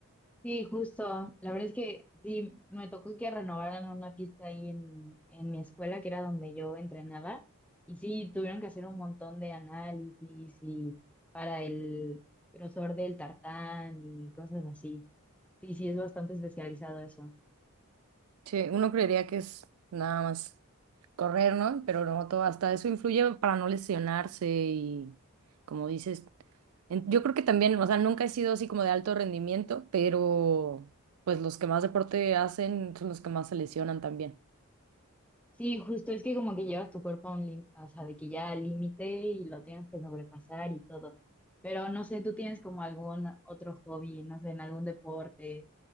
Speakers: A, in the centre; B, on the right.
A: Sí, justo. La verdad es que sí, me tocó que renovaran una pista ahí en, en mi escuela, que era donde yo entrenaba, y sí, tuvieron que hacer un montón de análisis y para el grosor del tartán y cosas así. Sí, sí, es bastante especializado eso.
B: Sí, uno creería que es nada más correr, ¿no? Pero no, todo, hasta eso influye para no lesionarse y, como dices, en- yo creo que también, o sea, nunca he sido así como de alto rendimiento, pero pues los que más deporte hacen son los que más se lesionan también.
A: Sí, justo es que como que llevas tu cuerpo a un límite, o sea, de que ya al límite y lo tienes que sobrepasar y todo. Pero no sé, ¿tú tienes como algún otro hobby, no sé, en algún deporte,